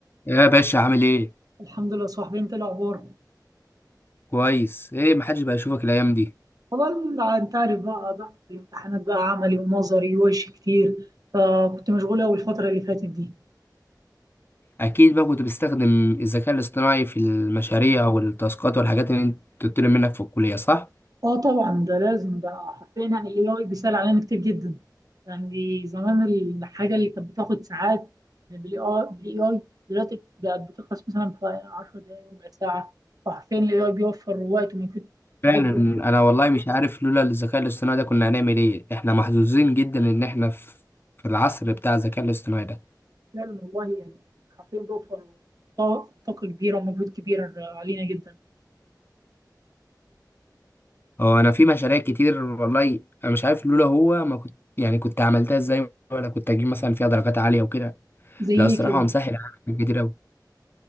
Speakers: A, on the left; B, on the right.
A: يا باشا عامل ايه
B: الحمد لله صاحبي انت إيه الاخبار
A: كويس ايه محدش بقى يشوفك الايام دي
B: والله ال- انت عارف بقى ضغط الامتحانات بقى عملي ونظري ووش كتير فكنت مشغول قوي الفتره اللي فاتت دي
A: اكيد بقى كنت بتستخدم الذكاء الاصطناعي في المشاريع والتاسكات والحاجات اللي انت بتطلب منك في الكليه صح
B: اه طبعا ده لازم بقى حرفيا يعني الاي اي بيسهل علينا كتير جدا يعني زمان الحاجه اللي كانت بتاخد ساعات بالاي اي دلوقتي بقت بتخلص مثلا في 10 دقائق ربع ساعه فحرفيا الاي اي بيوفر وقت ومجهود كبير
A: فعلا
B: جدا
A: انا والله مش عارف لولا الذكاء الاصطناعي ده كنا هنعمل ايه احنا محظوظين جدا ان احنا في في العصر بتاع الذكاء الاصطناعي ده
B: فعلا والله يعني حرفيا بيوفر طاقه طاقة كبيره ومجهود كبير علينا جدا
A: هو انا في مشاريع كتير والله انا مش عارف لولا هو ما كنت يعني كنت عملتها ازاي ولا كنت اجيب مثلا فيها درجات عاليه وكده
B: زي ايه
A: لا الصراحه
B: كده
A: هو مسهل عليا حاجات كتير قوي